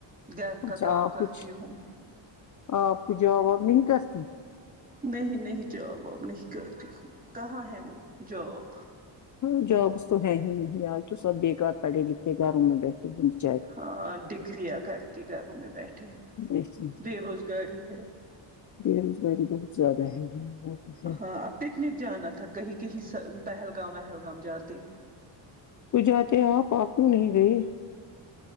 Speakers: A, on the right; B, on the left.
A: گھر
B: اچھا
A: کا کام
B: آپ
A: کرتی
B: کچھ
A: ہوں
B: آپ کو جاب واب نہیں کرتی
A: نہیں نہیں جاب آپ نہیں کرتی کہاں ہیں وہ جاب
B: ہاں جابس تو ہے ہی نہیں آج تو سب بےیکار پڑھے لکھے گھروں میں بیٹھے ہیں بچارے
A: ہاں ڈگریاں کر کے گھروں میں بیٹھے ہیں
B: ایسی
A: بے روزگاری ہے
B: بے روزگاری بہت زیادہ ہے ہم لوگ تو ہے
A: ہاں اب پکنک جانا تھا کہیں کہیں پہلگام وہلگام جاتے
B: وہ جاتے ہے آپ آپ کیو نہیں گئی